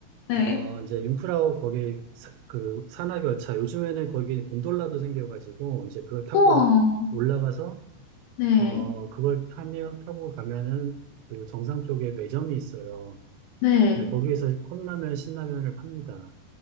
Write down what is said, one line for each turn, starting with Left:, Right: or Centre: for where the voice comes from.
Left: 네.
Right: 어 이제 융프라우 거기 사- 그 산악열차 요즘에는 거기 곤돌라도 생겨가지고 이제 그걸 타고
Left: 우와.
Right: 올라가서
Left: 네,
Right: 어, 그걸 타며, 타고 가면은 그 정상 쪽에 매점이 있어요.
Left: 네.
Right: 네, 거기에서 컵라면, 신라면을 팝니다.